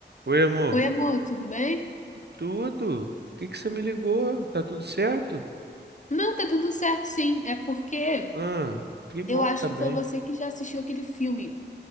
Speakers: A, on the right; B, on the left.
A: Oi, amor.
B: Oi, amor, tudo bem?
A: Tudo? Por que que você me ligou? Tá tudo certo?
B: Não, tá tudo certo, sim. É porque
A: Ah, que bom
B: eu acho
A: que tá
B: que
A: bem.
B: foi você que já assistiu aquele filme